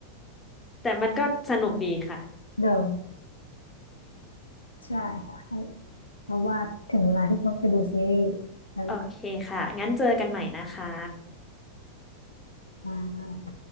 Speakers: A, on the left; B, on the left.
A: แต่มันก็สนุกดีค่ะ
B: ๆเดิมใช่ค่ะ เพราะว่าถึงเวลาที่ต้องไปดูซีรีส์แล้วแหละ
A: โอเคค่ะ งั้นเจอกันใหม่นะคะ
B: อ่า